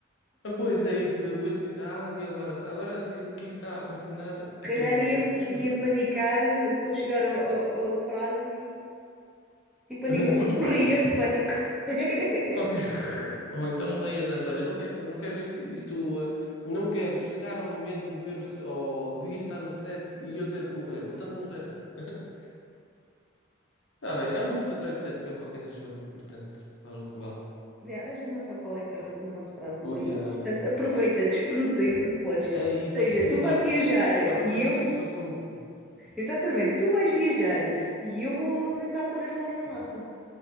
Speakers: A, on the left; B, in the centre.
A: Ah, pois é isso, depois tu dizes, ah, e agora? Agora que, que isto está a funcionar
B: Se
A: é que
B: calhar
A: eu vou morrer.
B: ia,
A: Mas pronto.
B: ia panicar, estou a chegar ao, ao- ao prazo e, e panicar.
A: <laughs> Mas
B: Morria
A: pronto.
B: de pânico. <laughs>
A: Qualquer... <laughs> Ou então morrias antes. Olha, não quero, não quero isto, isto, ah, não quero chegar ao momento de ver o, su- ou de isto estar no sucesso e eu ter de morrer. Portanto, vou morrer antes. <laughs> Está bem, é uma situação hipotética de qualquer das formas, portanto, vale o que vale.
B: Yeah, a gente não sabe qual é que é o nosso prazo de validade.
A: O dia da manhã.
B: Portanto, aproveita, desfruta enquanto podes.
A: É isso,
B: Ou seja,
A: exato.
B: tu vais viajar e
A: Aproveita
B: eu.
A: como se fosse o último.
B: Exatamente, tu vais viajar e eu vou tentar pôr as mãos na massa.